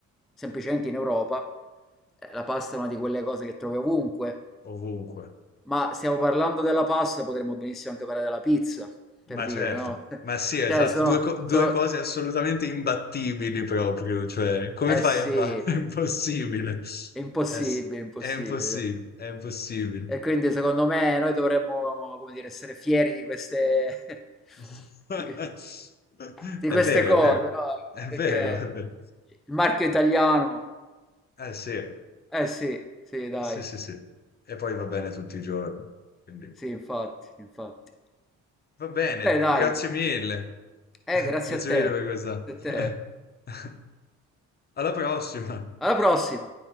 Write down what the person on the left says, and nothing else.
ovunque.
Ma
certo,
ma sì, esatto,
due, co- due
cose assolutamente imbattibili proprio, cioè come
fai
a fare? <laughs> È impossibile,
è, s-
è impossibile, è impossibile.
<laughs>
È
vero,
è vero,
è
vero, è vero.
Eh sì, eh
sì sì sì, e poi va bene tutti i giorni, quindi...
Va bene,
grazie mille.
<laughs>
Grazie
mille per questa.
<laughs>
Alla prossima.